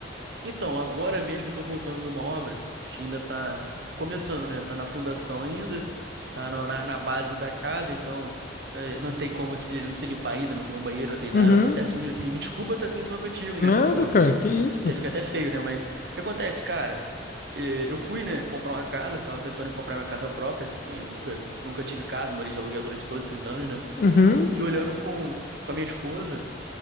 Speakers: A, on the right (about 60°); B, on the left (about 45°).
A: Então, agora mesmo eu tô voltando de uma obra que ainda tá começando, né? Tá na fundação ainda, tá na, na- na base da casa, então eh, não tem como se, não se limpar ainda, não tem um banheiro, não tem
B: Uhum.
A: nada, tô até sujo assim. Me desculpa estar assim falando contigo,
B: Nada,
A: né? Pô,
B: cara, que isso?
A: até, fica até feio, né? Mas o que acontece, cara? Eh, Eu fui, né, comprar uma casa, eu tava pensando em comprar minha casa própria, eh, eu nunca, nunca tive casa, morei de aluguel durante todos esses anos, né?
B: Uhum.
A: E olhando com, com a minha esposa